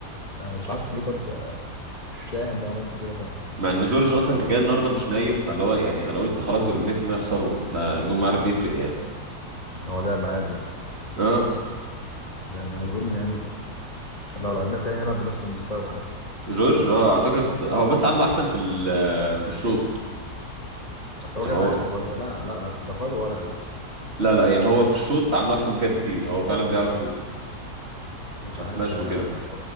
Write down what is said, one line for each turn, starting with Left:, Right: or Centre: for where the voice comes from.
Left: انا مش عارف ليه كنت مش فاهم ليه عملت كده فاهم
Right: مع ان جورج اصلا كان جاي النهارده مش نايم فاللي هو يعني انا قلت خلاص دول 100% يخسروا انت النوم عارف بيفرق يعني
Left: هو لا عادي يعني
Right: اه
Left: يعني اظن يعني لو لعبنا تاني هنلعب بنفس المستوى عادي
Right: جورج اه اعتقد هو بس عنده احسن في ال- في الشوط
Left: بس هو
Right: يعني
Left: جاب
Right: هو
Left: اخره برضه لا لا انا كنت برفع له ورا قوي
Right: لا لا يعني هو في الشوط عنده احسن مكان بكتير هو فعلا بيعرف يشوط
Left: مش
Right: كسماش
Left: عارف يعني
Right: وكده
Left: ع-